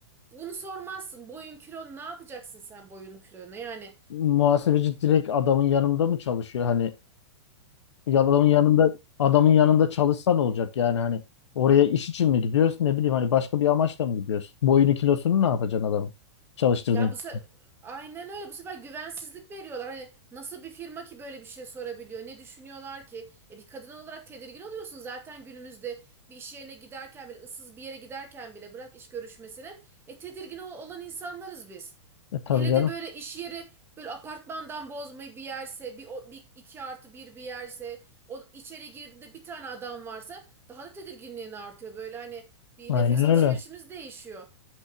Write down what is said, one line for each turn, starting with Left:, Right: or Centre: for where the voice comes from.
Right: bunu sormazsın. Boyun kilon ne yapacaksın sen boyun kilonu? Yani
Left: Muhasebeci direkt adamın yanında mı çalışıyor? Hani ya adamın yanında adamın yanında çalışsa ne olacak? Yani hani oraya iş için mi gidiyorsun? Ne bileyim hani başka bir amaçla mı gidiyorsun? Boyunu kilosunu ne yapacaksın adamın? Çalıştırdın.
Right: Ya bu se aynen öyle. Bu sefer güvensizlik veriyorlar. Hani nasıl bir firma ki böyle bir şey sorabiliyor? Ne düşünüyorlar ki? E bir kadın olarak tedirgin oluyorsun zaten günümüzde bir iş yerine giderken bile, ıssız bir yere giderken bile bırak iş görüşmesine. E tedirgin ol- olan insanlarız biz.
Left: E, tabii
Right: Hele
Left: canım.
Right: de böyle iş yeri böyle apartmandan bozmayı bir yerse, bir, o- bir iki artı bir bir yerse, o içeri girdiğinde bir tane adam varsa daha da tedirginliğin artıyor. Böyle hani bir
Left: Aynen
Right: nefes alışverişimiz
Left: öyle.
Right: değişiyor.